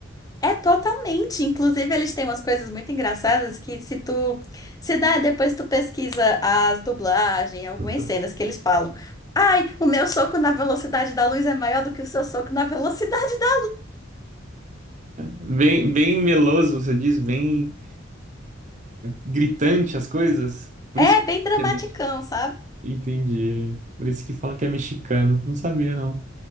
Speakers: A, on the left; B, on the right.
A: É totalmente. Inclusive, eles têm umas coisas muito engraçadas que se tu se dá, depois tu pesquisa as dublagens, algumas
B: <laughs>
A: cenas que eles falam. Ai, o meu soco na velocidade da luz é maior do que o seu soco na velocidade da.
B: Bem, bem meloso, você diz, bem gritante as coisas. Por
A: É
B: isso que
A: bem dramaticão,
B: é mex-
A: sabe?
B: entendi. Por isso que falam que é mexicano. Não sabia, não.